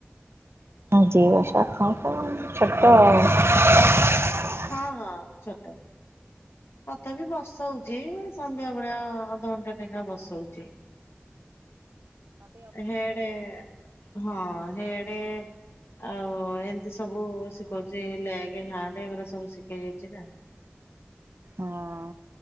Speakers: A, on the right; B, on the left.
A: ହୁଁ ଦି ବର୍ଷ ଛୁଆ ତ ଛୋଟ
B: ହଁ
A: ଆଉ।
B: ହଁ ହଁ ଛୋଟ। ତଥାପି ବର୍ଷା ହଉଚି ସନ୍ଧ୍ୟା ବେଳେଆ ଅଧଘଣ୍ଟା ଲେଖା ବର୍ଷ ହଉଚି। ହେଡେ ହଁ ହେଡେ ଆଉ ଏମତି ସବୁ ସେ କହୁଚି ଲେଗ ହା ଏଗୁଡା ସବୁ ଶିଖେଇ ଯାଇଛି ନା।
A: ହଁ